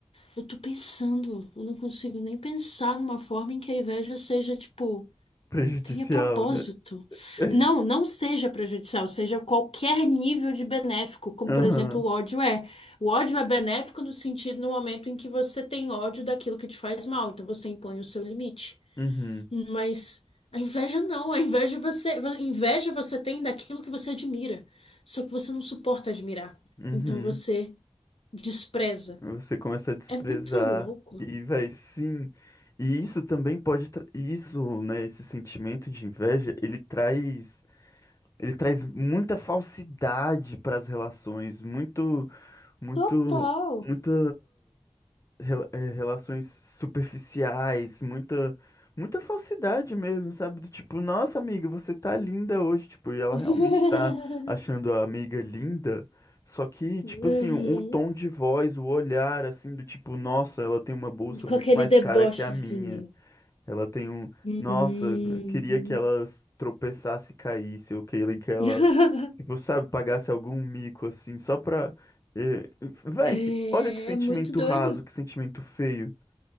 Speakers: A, on the left; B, on the left.
A: eu tô pensando, eu não consigo nem pensar numa forma em que a inveja seja, tipo,
B: prejudicial,
A: Tenha propósito.
B: né? <laughs>
A: Não, não seja prejudicial, seja qualquer nível de benéfico, como por
B: Aham,
A: exemplo o ódio é. O ódio é benéfico no sentido no momento em que você tem ódio daquilo que te faz mal, então você impõe o seu limite.
B: uhum,
A: Mas a inveja não, a inveja você, inveja você tem daquilo que você admira, só que você não suporta admirar.
B: uhum.
A: Então você despreza.
B: Você começa a desprezar
A: É muito louco.
B: e vai sim. E isso também pode, tra- e isso, né, esse sentimento de inveja, ele traz, ele traz muita falsidade para as relações, muito muito,
A: Total.
B: muita rela- eh, relações superficiais, muita, muita falsidade mesmo, sabe? Do tipo, nossa amiga, você tá linda hoje, tipo, e ela
A: <laughs>
B: realmente tá achando a amiga linda. Só que, tipo
A: Uhum.
B: assim, o tom de voz, o olhar, assim, do tipo, nossa, ela tem uma bolsa muito
A: Com aquele
B: mais
A: debochezinho.
B: cara que a minha. Ela tem um,
A: Uhum.
B: nossa, eu queria que ela tropeçasse e caísse, eu queria que ela
A: <laughs>
B: Tipo, sabe, pagasse algum mico assim, só pra. eh, Véi,
A: É
B: que... olha que sentimento
A: muito doido.
B: raso, que sentimento feio.